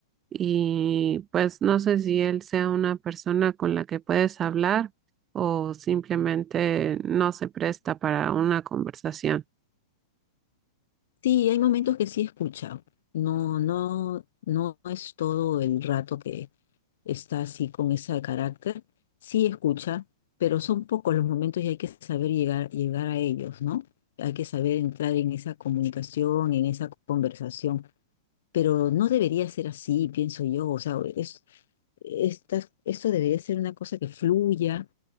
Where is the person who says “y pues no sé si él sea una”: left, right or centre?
Right